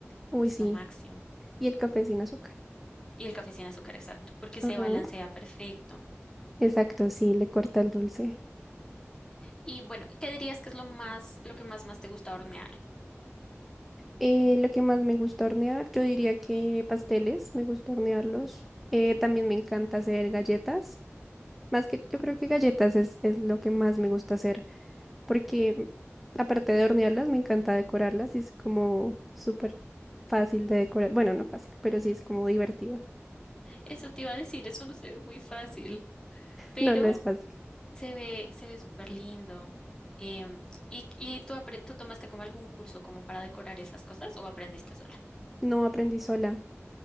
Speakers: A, in the centre; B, on the left.
A: Uy,
B: Es
A: sí.
B: lo máximo.
A: Y el café sin azúcar.
B: Y el café sin azúcar, exacto, porque
A: Ajá.
B: se balancea perfecto.
A: Exacto, sí, le corta el dulce.
B: Y bueno, ¿qué dirías que es lo más, lo que más más te gusta hornear?
A: Eh, lo que más me gusta hornear, yo diría que pasteles, me gusta hornearlos. Eh, también me encanta hacer galletas. Más que yo creo que galletas es, es lo que más me gusta hacer, porque aparte de hornearlas, me encanta decorarlas y es como súper fácil de decorar. Bueno, no fácil, pero sí es como divertido.
B: Eso te iba a decir, eso no se ve muy fácil, pero
A: No, no es fácil.
B: se ve, se ve súper lindo. Em, ¿y, y tú, apre- tú tomaste como algún curso como para decorar esas cosas o aprendiste sola?
A: No aprendí sola,